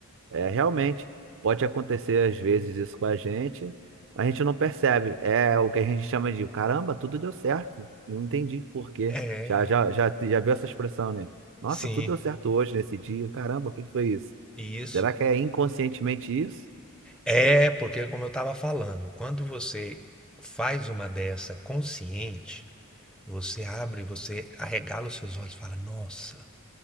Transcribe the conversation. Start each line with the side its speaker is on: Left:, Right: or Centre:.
Right: é, realmente, pode acontecer às vezes isso com a gente, mas a gente não percebe. É o que a gente chama de, caramba, tudo deu certo. Não entendi por quê.
Centre: É,
Right: Já, já, já, já viu essa expressão, né? Nossa,
Centre: sim,
Right: tudo deu certo hoje, nesse dia. Caramba, o que que foi isso?
Centre: E isso.
Right: Será que é inconscientemente isso?
Centre: É, porque como eu estava falando, quando você faz uma dessa consciente, você abre, você arregala os seus olhos e fala, nossa,